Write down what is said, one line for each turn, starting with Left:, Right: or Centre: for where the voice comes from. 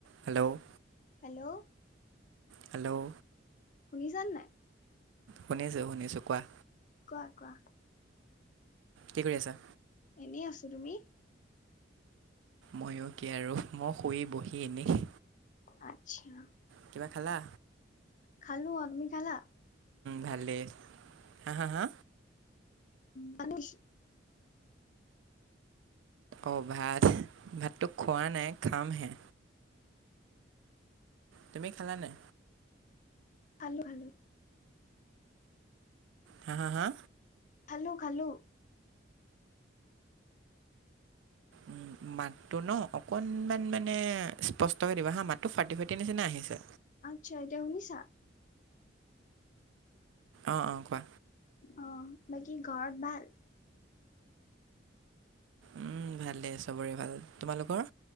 Right: হেল্ল'
Left: হেল্ল'
Right: হেল্ল'
Left: শুনিছান নাই
Right: শুনিছোঁ শুনিছোঁ কোৱা।
Left: কোৱা কোৱা।
Right: কি কৰি আছা?
Left: এনেই আছো তুমি
Right: ময়ো কি আৰু মই শুই বহি এনেই
Left: আত্ছা।
Right: কিবা খালা।
Left: খালো অ তুমি খালা?
Right: ভালে হা - হা- হা
Left: মানুষ
Right: অ 'ভাত ভাতটো খোৱা নাই খামহে তুমি খালা নে?
Left: খালোঁ খালোঁ
Right: হা হা হা
Left: খালো খালো।
Right: উ মাতটো ন অকনমান মানে স্পষ্টক দিবা হা মাতটো ফাটি ফটি। তি নিচিনা আহিছে।
Left: আচ্ছা এতিয়া শুনিছা।
Right: অ অ কোৱা
Left: অ', বাকী ঘৰত ভাল।
Right: উম ভালেই চবৰে ভাল, তোমালোকৰ?